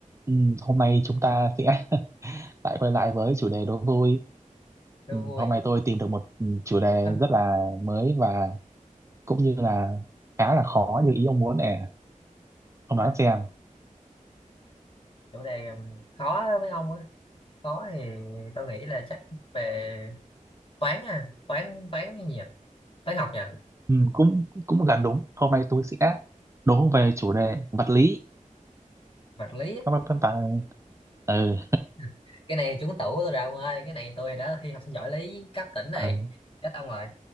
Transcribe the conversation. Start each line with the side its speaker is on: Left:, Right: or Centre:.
Right: Ừ, hôm nay chúng ta sẽ <laughs> lại quay lại với chủ đề đố vui.
Left: đố
Right: Ừ,
Left: vui
Right: hôm nay tôi tìm được một ừ, chủ đề
Left: à,
Right: rất là mới và cũng như là khá là khó như ý ông muốn nè. Ông đoán
Left: à,
Right: xem.
Left: chủ đề um, khó đó với ông á khó thì tôi nghĩ là chắc về toán à toán toán cái gì nhỉ toán học nhỉ
Right: Ừ, cũng cũng gần đúng. Hôm nay tôi sẽ đố về chủ đề vật lý.
Left: vật lý á.
Right: Các bạn phân tán. Ừ,
Left: <laughs> cái này trúng tủ của tôi rồi ông ơi cái này tôi đã thi học sinh giỏi lý cấp tỉnh này
Right: ừ.
Left: chết ông rồi